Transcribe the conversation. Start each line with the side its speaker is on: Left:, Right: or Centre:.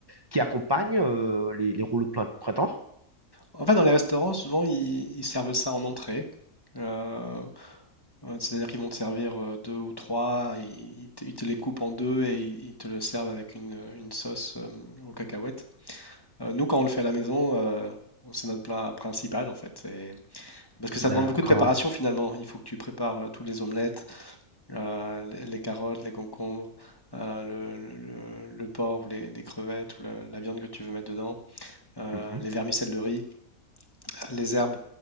Right: qui accompagnent euh, les, les rouleaux de printemps?
Left: En fait, dans les restaurants, souvent, ils, ils servent ça en entrée. Euh, euh, c'est-à-dire qu'ils vont te servir euh, deux ou trois, ils, ils te, ils te les coupent en deux et ils, ils te le servent avec une, une sauce euh, aux cacahuètes. Euh, nous, quand on le fait à la maison, euh, c'est notre plat principal en fait. Et- Parce que ça
Right: D'accord.
Left: demande beaucoup de préparation finalement. Il faut que tu prépares euh, toutes les omelettes, euh, les les carottes, les concombres, euh, le, le- le porc ou les, les crevettes ou la, la viande que tu veux mettre dedans, euh,
Right: Mhm.
Left: les vermicelles de riz, les herbes.